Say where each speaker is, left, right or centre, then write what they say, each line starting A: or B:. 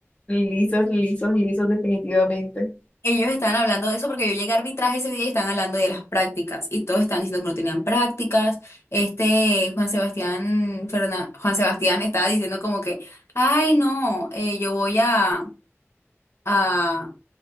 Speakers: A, on the left; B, on the left.
A: Lisos, lisos, lisos, definitivamente.
B: Ellos estaban hablando de eso porque yo llegué a arbitraje ese día y están hablando de las prácticas. Y todos están diciendo que no tenían prácticas. Este Juan Sebastián, Fernan- Juan Sebastián estaba diciendo como que, ay, no, eh, yo voy a, a,